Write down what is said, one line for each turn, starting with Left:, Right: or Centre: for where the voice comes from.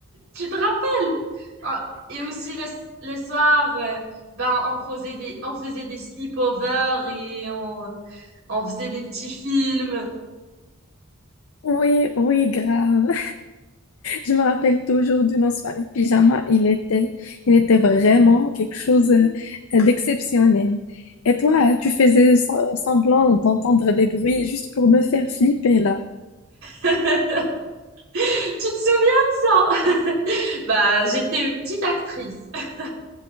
Right: Tu te rappelles? Ah, et aussi le, le soir, euh, ben, on faisait des, on faisait des sleepovers et on, on faisait des petits films.
Left: Oui, oui, grave. Je me rappelle toujours de nos soirées pyjama. Il était, il était vraiment quelque chose euh, d'exceptionnel. Et toi, tu faisais sem- semblant d'entendre des bruits juste pour me faire flipper là.
Right: <laughs> Tu te souviens de ça? Bah, j'étais une petite actrice. <laughs>